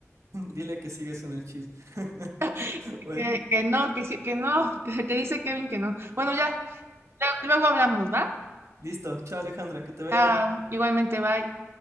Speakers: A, on the right (about 70°); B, on the right (about 50°).
A: <laughs> Dile que sigues en el chisme. <laughs>
B: <laughs>
A: Bueno,
B: Que, que no, que sí, que no, <laughs> que, que dice Kevin que no. Bueno, ya, luego luego hablamos, ¿va?
A: listo. Chao, Alejandra, que te vaya
B: Chao,
A: bien.
B: igualmente, bye.